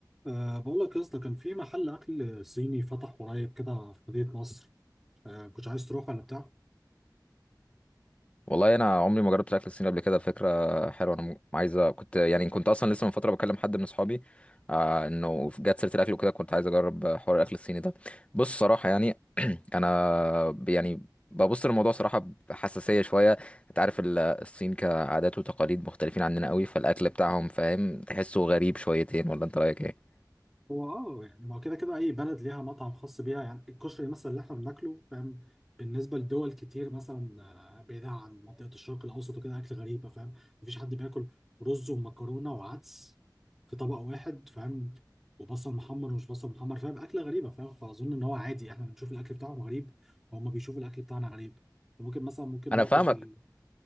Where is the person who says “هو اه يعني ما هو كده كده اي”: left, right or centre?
Centre